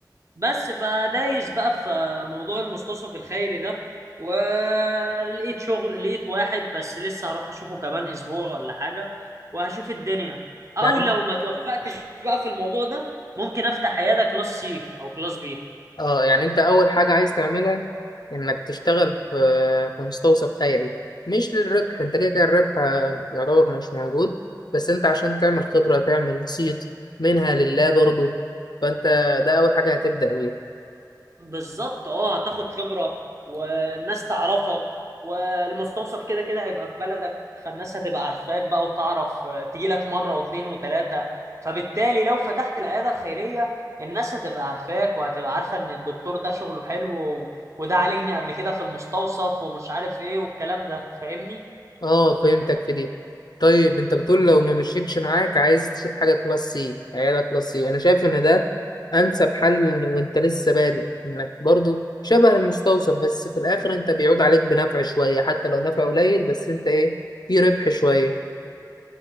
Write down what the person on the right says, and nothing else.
بس فدايس بقى في موضوع المستوصف الخيري ده ولقيت شغل لقيت واحد بس لسه هروح اشوفه كمان اسبوع ولا حاجة وهشوف الدنيا او
لو ما توفقتش بقى في الموضوع ده ممكن افتح عيادة كلاس سي او كلاس بي
بالظبط اه هتاخد خبرة والناس تعرفك والمستوصف كده كده هيبقى في بلدك فالناس هتبقى عارفاك بقى وتعرف آه، تيجي لك مرة واثنين وثلاثة فبالتالي لو فتحت العيادة الخيرية الناس هتبقى عارفاك وهتبقى عارفة ان الدكتور ده شغله حلو و... وده عالجني قبل كده في المستوصف ومش عارف ايه والكلام ده فاهمني؟